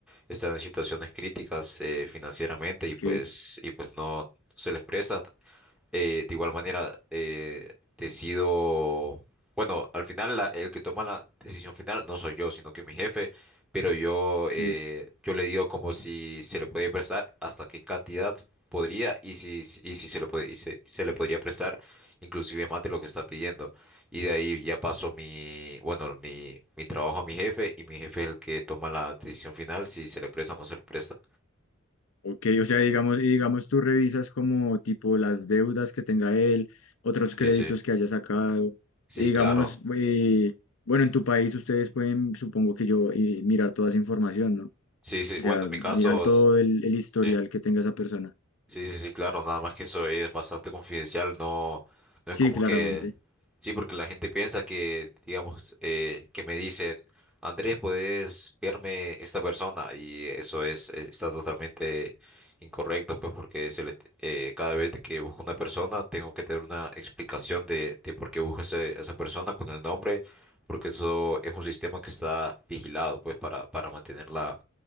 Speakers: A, in the centre; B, on the left.
A: están en situaciones críticas eh, financieramente y
B: Ok,
A: pues, y pues no se les presta eh, de igual manera eh, decido, bueno, al final la- el que toma la decisión final no soy yo, sino que mi jefe, pero yo, eh,
B: ok,
A: yo le digo como si se le puede prestar, hasta qué cantidad podría y si, y si se le puede, y se, se le podría prestar inclusive más de lo que está pidiendo. Y de ahí ya paso mi, bueno, mi, mi trabajo a mi jefe y mi jefe es el que toma la decisión final si se le presta o no se le presta.
B: ok. O sea, digamos, y digamos tú revisas como tipo las deudas que tenga él, otros créditos
A: Sí, sí.
B: que haya sacado.
A: Sí,
B: Y digamos,
A: claro.
B: eh, bueno, en tu país ustedes pueden, supongo que yo, eh, mirar toda esa información, ¿no?
A: Sí, sí.
B: O
A: Bueno,
B: sea,
A: en mi caso,
B: mirar todo el, el historial
A: sí.
B: que tenga esa persona.
A: Sí, sí, sí, claro, nada más que eso es bastante confidencial, no, no
B: Sí,
A: es como
B: claramente.
A: que, sí, porque la gente piensa que, digamos, eh, que me dicen, Andrés, puedes verme esta persona, y eso es, eh, está totalmente incorrecto, pues porque se le, eh, cada vez que busco una persona tengo que tener una explicación de, de por qué busco ese- a esa persona con el nombre, porque eso es un sistema que está vigilado, pues, para, para mantener la,